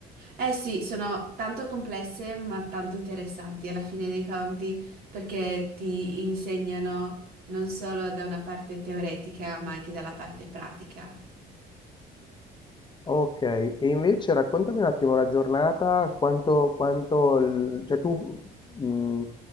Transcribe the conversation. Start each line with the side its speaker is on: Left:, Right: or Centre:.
Right: Eh sì, sono tanto complesse ma tanto interessanti alla fine dei conti perché ti insegnano non solo da una parte teoretica ma anche dalla parte pratica.
Left: Ok, e invece raccontami un attimo la giornata, quanto, quanto il- cioè tu mh,